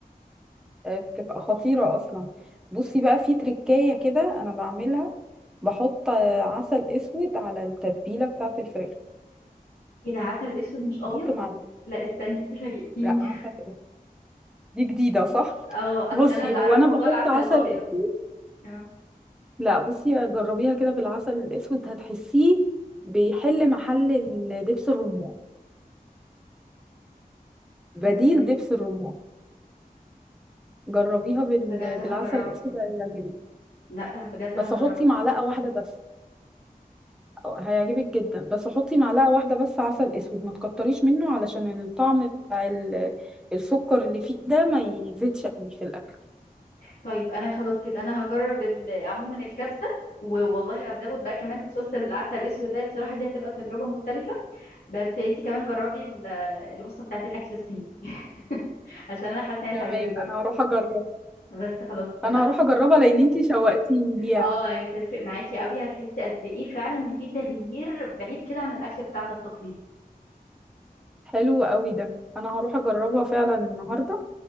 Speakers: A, in the centre; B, on the left.
A: آه، بتبقى خطيرة أصلا بصي بقى في تركاية كده أنا بعملها بحط آه، عسل أسود على التتبيلة بتاعة الفراخ
B: ايه ده عسل اسود مش ابيض
A: أحط معلقة
B: لا استني انتي فاجئتيني
A: لا عسل أسود دي جديدة صح
B: <laughs> اه
A: بصي
B: اصل انا اللي
A: هو
B: اعرفه
A: أنا بحط
B: موضوع العسل
A: عسل
B: الابيض
A: أسود
B: اه
A: لا بصي جربيها كده بالعسل الأسود هتحسيه بيحل محل ال- دبس الرمان بديل
B: حلو جدا
A: دبس الرمان جربيها بال...
B: بجد هجربها
A: بالعسل الأسود هيعجبك
B: لا بجد هجربها
A: بس حطي معلقة واحدة بس آه، هيعجبك جدا بس حطي معلقة واحدة بس عسل اسود ما تكتريش منه علشان الطعم بتاع ال- السكر اللي فيه ده ما يزيدش قوي في الاكل
B: طيب انا خلاص كده انا هجرب ال- عموما الكبسه والله هزود بقى كمان الصوص العسل الاسود ده بصراحه دي هتبقى تجربه مختلفه بس انت كمان جربي ال- الوصفه بتاعت الاكل الصيني <laughs> عشان انا حاسه ان هي
A: تمام
B: تعجبك برضه
A: انا هروح اجربها
B: بس خلاص اتفقنا
A: انا هروح اجربها لان انتي شوقتيني ليها
B: اه هتفرق معاكي قوي هتحسي قد ايه فعلا ان في تغيير بعيد كده عن الاكل بتاعنا التقليدي
A: حلو قوي ده انا هروح اجربها فعلا النهارده